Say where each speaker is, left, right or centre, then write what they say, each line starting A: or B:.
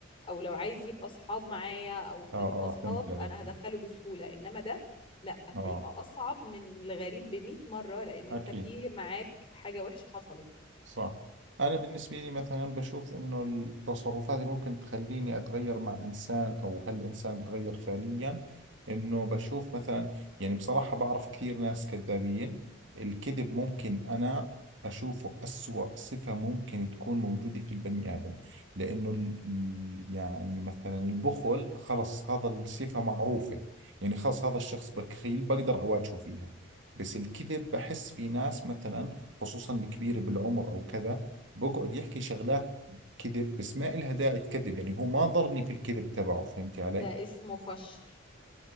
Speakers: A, on the left; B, on the right.
A: او لو عايز يبقى اصحاب معايا او احنا
B: اه
A: نبقى
B: اه
A: اصحاب
B: فهمت عليك
A: انا هدخله بسهولة انما ده لا هيبقى
B: اه
A: اصعب من الغريب بمئة مرة لان انت
B: اكيد
A: في معاك حاجة وحشة حصلت
B: صح أنا بالنسبة لي مثلا بشوف إنه التصرفات اللي ممكن تخليني أتغير مع إنسان أو هل الإنسان بيتغير فعليا إنه بشوف مثلا يعني بصراحة بعرف كثير ناس كذابين الكذب ممكن أنا أشوفه أسوأ صفة ممكن تكون موجودة في البني آدم لأنه ال- ال- يعني مثلا البخل خلص هذا الصفة معروفة يعني خلص هذا الشخص بخيل بقدر أواجهه فيها بس الكذب بحس في ناس مثلا خصوصا الكبير بالعمر او كذا بقعد يحكي شغلات كذب بس ما إلها داعي تكذب يعني هو ما ضرني في الكذب تبعه فهمتي علي
A: ده اسمه فشر